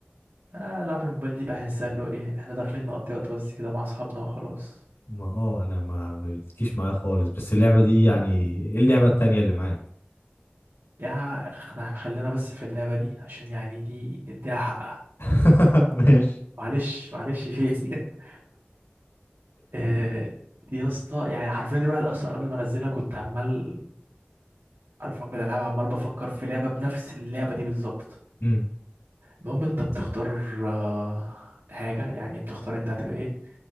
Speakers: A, on the right (about 75°); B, on the left (about 85°).
A: آه العاب الموبايل دي بحسها اللي هو ايه احنا داخلين نقضي وقت بس كده مع اصحابنا وخلاص
B: ما اه انا ما ما بتجيش معايا خالص بس اللعبه دي يعني ايه اللعبه التانية اللي معاك
A: يا اخ، احنا خلينا بس في اللعبة دي عشان يعني دي نديها حقها
B: <laughs> ماشي
A: معلش معلش فيك <laughs> آه، يا اسطى يعني حرفيا الواحد اصلا قبل ما انزلها كنت عمال عارف من الالعاب عمال بفكر في لعبه بنفس اللعبه دي بالظبط
B: امم
A: المهم انت بتختار آه، حاجه يعني بتختار انت هتبقى ايه